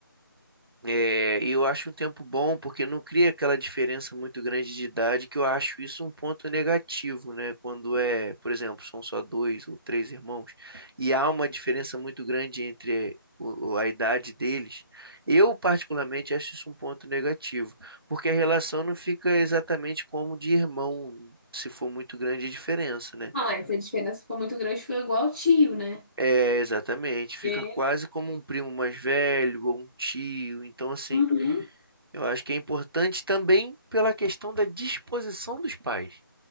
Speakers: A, on the right (about 85°); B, in the centre.
A: É, e eu acho um tempo bom porque não cria aquela diferença muito grande de idade, que eu acho isso um ponto negativo, né? Quando é, por exemplo, são só dois ou três irmãos, e há uma diferença muito grande entre o- o- a idade deles. Eu, particularmente, acho isso um ponto negativo, porque a relação não fica exatamente como de irmão, se for muito grande a diferença, né?
B: Não, é, se a diferença for muito grande, fica igual ao tio, né?
A: É, exatamente, fica
B: É.
A: quase como um primo mais velho ou um tio, então assim.
B: Uhum.
A: Eu acho que é importante também pela questão da disposição dos pais,